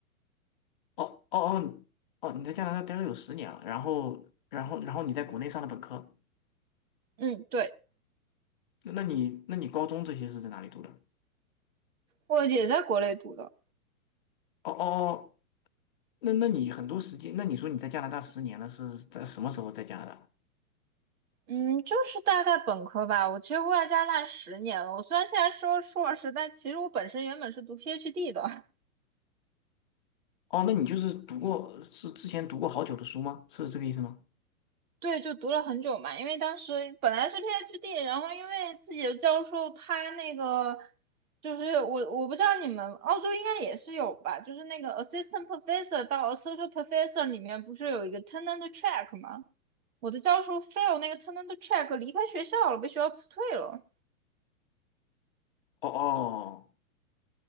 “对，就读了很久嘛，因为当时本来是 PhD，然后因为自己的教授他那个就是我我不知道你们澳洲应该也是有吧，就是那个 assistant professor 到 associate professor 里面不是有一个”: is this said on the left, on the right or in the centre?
Right